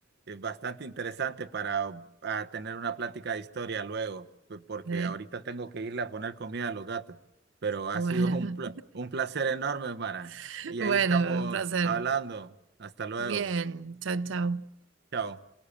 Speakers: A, on the right; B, on the right.
A: es bastante interesante para uh, ah, tener una plática de historia luego, p- porque
B: <laughs> eh,
A: ahorita tengo que irle a poner comida a los gatos. Pero ha
B: bueno,
A: sido un, pla- un placer enorme, Mara.
B: <laughs>
A: Y
B: bueno,
A: ahí estamos
B: un placer.
A: hablando. Hasta luego.
B: Bien, chao, chao.
A: Chao.